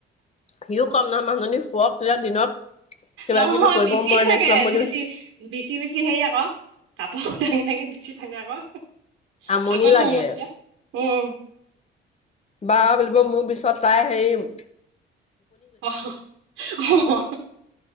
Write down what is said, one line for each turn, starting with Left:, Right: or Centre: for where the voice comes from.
Left: সিও কম নহয় মাজনী শুৱক বুলে দিনত কিবা
Right: নহয়
Left: কিবি কৰিব
Right: বেচিয়ে
Left: মই
Right: থাকে
Left: ৰেষ্ট ল'ম বুলি
Right: বেছি বেছি বেছি হে আকৌ কাপোৰ দাঙি দাঙি নুচি থাকে আকৌ
Left: আমনি
Right: হাবা ধ
Left: লাগে
Right: হু'ম তেতিয়া উম।
Left: বা বুলিব মোৰ পিছত তাই হেৰিম
Right: অহ অহ।